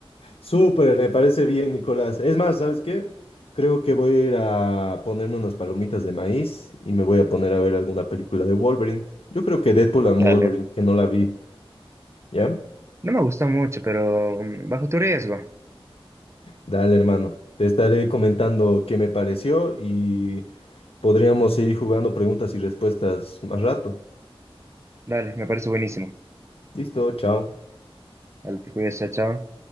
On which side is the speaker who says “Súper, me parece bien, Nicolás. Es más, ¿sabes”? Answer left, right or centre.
Left